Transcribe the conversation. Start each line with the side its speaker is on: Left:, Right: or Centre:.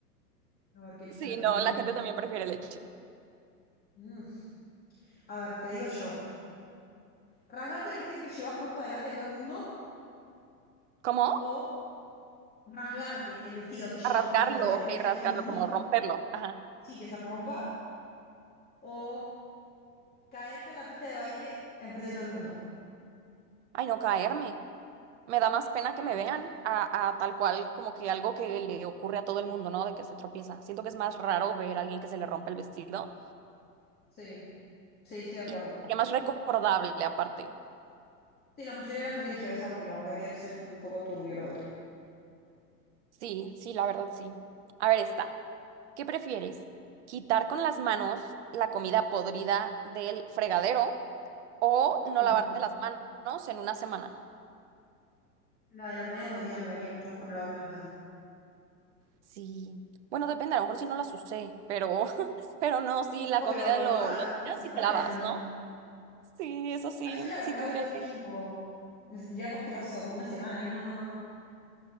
Left: A ver qué elige
Right: Sí,
Left: la gente.
Right: no, la gente también prefiere leche.
Left: Mm. A ver, te digo yo. ¿Rasgarte el vestido que llevas puesto delante de todo el mundo
Right: ¿Cómo?
Left: o rasgarte el vestido que llevas
Right: A rasgarlo,
Left: puesto delante
Right: ok,
Left: de
Right: rasgarlo,
Left: todo el mundo?
Right: como romperlo. Ajá.
Left: Sí, que se rompa. O caerte en la pista de baile enfrente de todo el mundo.
Right: Ay, no caerme. me da más pena que
Left: ¿Caerte?
Right: me vean a, a tal cual como que algo que le ocurre a todo el mundo, ¿no? De que se tropieza. Siento que es más raro ver a alguien que se le rompe el vestido
Left: Sí, sí, estoy de acuerdo.
Right: y que más recordable aparte.
Left: Sí, la mayoría de la gente eligió esa porque la verdad que debe ser un poco turbio lo otro.
Right: Sí, sí, la verdad sí. A ver, está. ¿Qué prefieres? ¿Quitar con las manos la comida podrida del fregadero o
Left: Mm.
Right: no lavarte las manos en una semana?
Left: La de la comida podría, me daría mucho asco no lavarme las manos.
Right: Sí. Bueno, depende, a lo mejor si no las usé, pero, <laughs> pero no, sí, la
Left: No,
Right: comida
Left: pero igual,
Right: lo, lo
Left: una
Right: tiras
Left: semana.
Right: y te lavas, ¿no? Sí, eso sí,
Left: Ay, yo me lavo,
Right: sí
Left: lavo
Right: tendría
Left: todo el
Right: que
Left: tiempo. Me sentiría rasquerosa toda una semana. Ay, no, no, no, no.